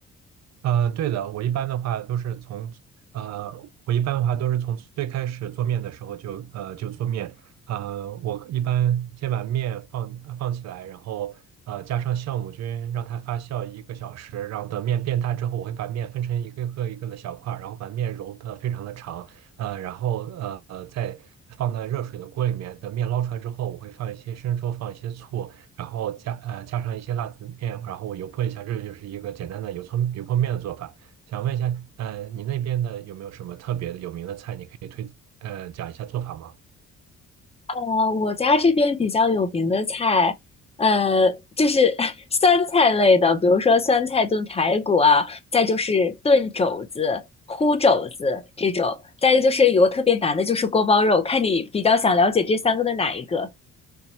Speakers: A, on the right (about 60°); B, on the left (about 20°).
A: 呃，对的，我一般的话都是从，呃，我一般的话都是从最开始做面的时候就，呃，就做面，呃，我一般先把面放放起来，然后呃加上酵母菌，让它发酵一个小时，然后等面变大之后，我会把面分成一个个一个的小块儿，然后把面揉的非常的长，呃，然后呃呃再放在热水的锅里面，等面捞出来之后，我会放一些生抽，放一些醋，然后加呃加上一些辣子面，然后我油泼一下，这就是一个简单的油葱油泼面的做法。想问一下，呃，你那边的有没有什么特别的有名的菜，你可以推呃讲一下做法吗？
B: 呃，我家这边比较有名的菜，呃，就是 <laughs> 酸菜类的，比如说酸菜炖排骨啊，再就是炖肘子、烀肘子这种，再一个就是有个特别难的，就是锅包肉，看你比较想了解这三个的哪一个。